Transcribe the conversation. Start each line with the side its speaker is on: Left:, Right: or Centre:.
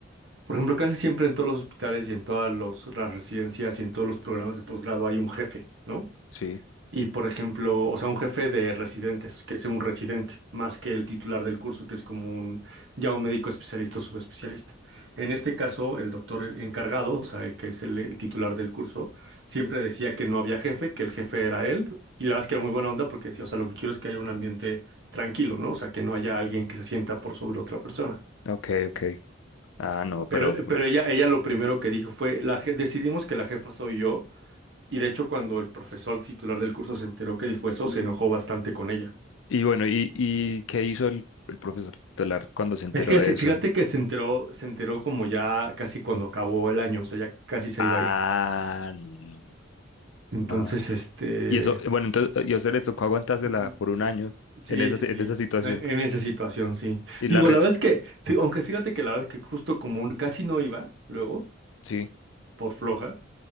Right: por ejemplo, casi siempre en todos los hospitales y en todas los- las residencias y en todos los programas de posgrado hay un jefe, ¿no?
Left: sí,
Right: Y por ejemplo, o sea, un jefe de residentes, que sea un residente, más que el titular del curso, que es como un, ya un médico especialista o subespecialista. En este caso, el doctor encargado, o sea, que es el, el titular del curso, siempre decía que no había jefe, que el jefe era él, y la verdad es que era muy buena onda porque decía, o sea, lo que quiero es que haya un ambiente tranquilo, ¿no? O sea, que no haya alguien que se sienta por sobre otra persona.
Left: ok, ok. Ah, no, pero...
Right: Pero, pero ella, ella lo primero que dijo fue, la, je- decidimos que la jefa soy yo y de hecho, cuando el profesor titular del curso se enteró que dijo eso, se enojó bastante con ella.
Left: Y bueno, ¿y, y qué hizo el, el profesor tutelar cuando se enteró
Right: Es que
Left: de
Right: se-
Left: eso?
Right: fíjate que se enteró, se enteró como ya casi cuando acabó el año, o sea, ya casi se
Left: Ah,
Right: iba a ir.
Left: no, no, no.
Right: Entonces,
Left: Ah,
Right: este,
Left: y eso, bueno, entonces, eh, y a ustedes les tocó aguantársela
Right: Ujú.
Left: por un año
Right: sí,
Left: en esa,
Right: sí,
Left: si-
Right: sí.
Left: en esa situación.
Right: E- En esa situación, sí.
Left: Y
Right: Digo,
Left: la... re-
Right: la verdad es que, fí- aunque fíjate que la verdad es que justo como casi no iba, luego,
Left: Sí.
Right: por floja,